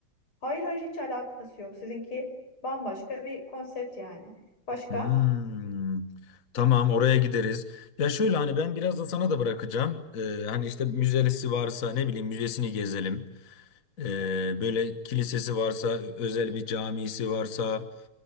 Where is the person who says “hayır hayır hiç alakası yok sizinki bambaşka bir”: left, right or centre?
Left